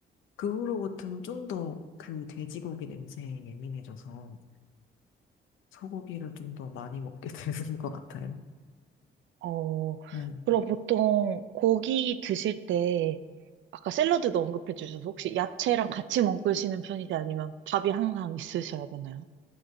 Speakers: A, on the left; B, on the right.
A: 그 후로부터는 좀 더 그 돼지고기 냄새에 예민해져서 소고기를 좀 더 많이 먹게 <laughs> 되는 것 같아요.
B: 어,
A: 네.
B: 그럼 보통 고기 드실 때, 아까 샐러드도 언급해 주셔서 혹시 야채랑 같이 먹으시는 편이지 아니면 밥이 항상 있으셔야 되나요?